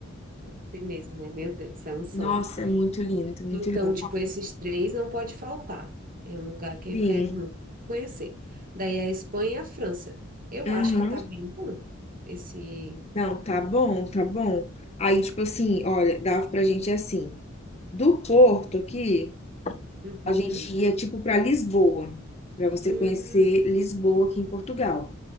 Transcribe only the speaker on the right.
deve ser mesmo, né? Meu Deus, é um sonho.
Então,
tipo, esses três não pode faltar. É um lugar que eu
quero muito conhecer. Daí a Espanha e a França. Eu
acho que tá bem bom esse.
Uhum,
uhum,